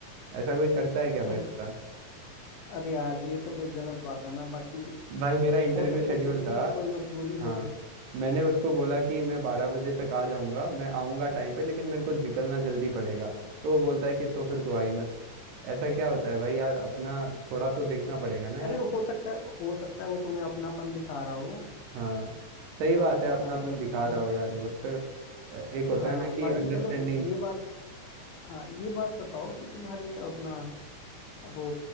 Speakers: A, on the right; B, on the left.
A: ऐसा कोई करता
B: <laughs>
A: है क्या भाई बता
B: अरे यार ये तो फिर गलत बात है ना बाकी
A: भाई मेरा इंटरव्यू
B: हो सकता
A: शेड्यूल
B: है कि उसकी
A: था
B: भी कोई मजबूरी
A: हाँ
B: हो
A: मैंने उसको बोला कि मैं बारह बजे तक आ जाऊंगा मैं आऊंगा टाइम पे लेकिन मेरे को निकलना जल्दी पड़ेगा तो वो बोलता है कि तो फिर तू आ ही मत ऐसा क्या होता है भाई यार अपना थोड़ा तो देखना पड़ेगा ना
B: अरे हो सकता है हो सकता है वो तुम्हें अपनापन दिखा रहा हो
A: हाँ सही
B: अपनापन
A: बात है
B: दिखा
A: अपना अपन
B: रहा हो
A: दिखा रहा
B: ब,
A: हो यार बट एक होता
B: हाँ
A: है ना कि
B: बाकी
A: अंडरस्टैंडिंग
B: चलो ये बात हाँ ये बात बताओ कि तुम्हारे अपना वो